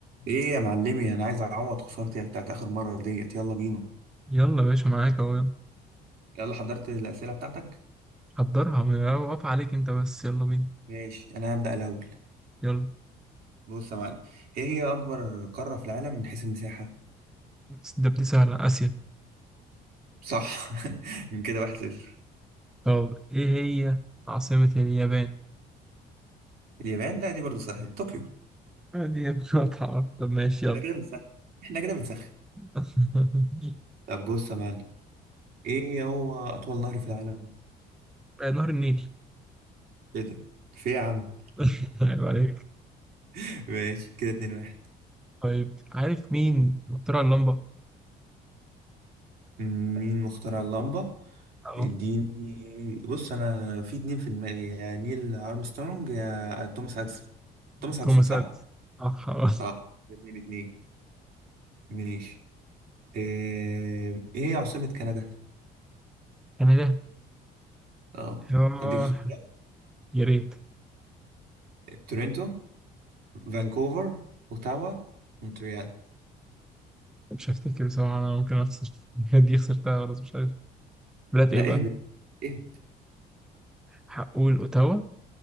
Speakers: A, on the right (about 65°); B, in the centre.
A: ايه يا معلمي انا عايز اعوض خسارتي بتاعت اخر مره ديت يلا بينا
B: يلا يا باشا معاك اهو يلا
A: يلا حضرت الاسئله بتاعتك
B: حضرها واقف عليك انت بس يلا بينا
A: ماشي انا هبدا الاول
B: يلا
A: بص يا معلم ايه هي اكبر قاره في العالم من حيث المساحه
B: بس ده بدي سهلة آسيا
A: صح <laughs> من كده واحد صفر
B: طب ايه هي عاصمة اليابان؟
A: اليابان لا دي برضو سهله طوكيو
B: دي مقاطعة طب ماشي يلا
A: احنا كده بنسخن احنا كده بنسخن
B: <laughs>
A: طب بص يا معلم ايه هو اطول نهر في العالم
B: آه، نهر النيل
A: كده في إيه يا عم
B: <laughs> عيب عليك
A: <laughs> ماشي كده اتنين واحد
B: طيب عارف مين اخترع اللمبة؟
A: مين مخترع اللمبة
B: اه
A: اديني بص انا في اتنين في دماغي يا نيل ارمسترونج يا توماس اديسون توماس اديسون
B: توماس
A: صح
B: اديسون صح اه
A: صح اتنين اتنين ماشي ايه إيه هي عاصمة كندا
B: انا ده
A: اه
B: اه
A: اديك اختيارات
B: يا ريت
A: تورنتو فانكوفر اوتاوا مونتريال
B: مش هفتكر بصراحة انا ممكن اخسر <laughs> دي خسرتها خلاص مش عارف بلاد
A: لا
B: ايه بقى؟
A: اهبد اهبد
B: هقول اوتاوا